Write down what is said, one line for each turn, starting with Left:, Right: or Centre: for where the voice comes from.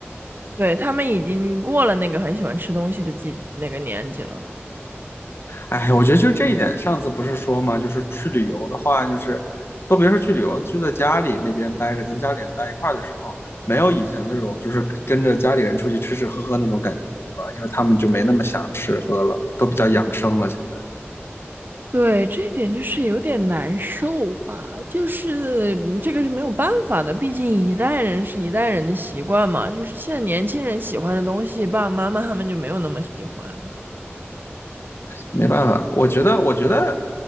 Right: 对，他们已经过了那个很喜欢吃东西的季那个年纪了。
Left: 哎，我觉得就是这一点，上次不是说嘛，就是去旅游的话，就是都别说去旅游，就在家里那边待着，跟家里人待一块儿的时候，没有以前那种就是跟着家里人出去吃吃喝喝那种感觉了，对吧？因为他们就没那么想吃喝了，都比较养生了，现在。
Right: 对，这一点就是有点难受吧，就是嗯这个是没有办法的，毕竟一代人是一代人的习惯嘛，就是现在年轻人喜欢的东西，爸爸妈妈他们就没有那么喜欢。
Left: 没办法，我觉得，我觉得，